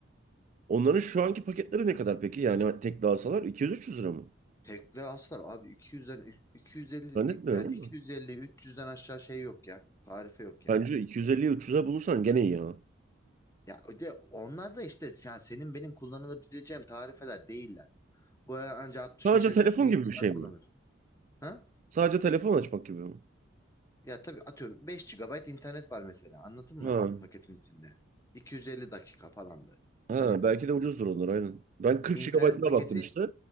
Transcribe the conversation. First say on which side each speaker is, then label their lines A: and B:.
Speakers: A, on the right; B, on the left.
A: Onların şu anki paketleri ne kadar peki? Yani tek alsalar 200-300 lira mı?
B: Tekle aslar abi 200'den üç- 250
A: Zannetmiyorum
B: yani
A: ama.
B: 250 300'den aşağı şey yok ya. Tarife yok yani.
A: Bence 250'yi 300'e bulursan gene iyi ha.
B: Ya o de onlar da işte yani senin benim kullanılabileceğim tarifeler değiller. Bu ancak 65
A: Sadece
B: yaş
A: telefon
B: üstü insanlar
A: gibi bir şey
B: kullanır.
A: mi?
B: Ha?
A: Sadece telefon açmak gibi mi?
B: Ya tabii atıyorum 5 gigabayt internet var mesela. Anladın
A: Ha.
B: mı paketin içinde? 250 dakika falan böyle.
A: Ha
B: Hani
A: belki de ucuzdur onlar aynen. Ben 40
B: internet
A: GB'ına
B: paketi
A: baktım işte.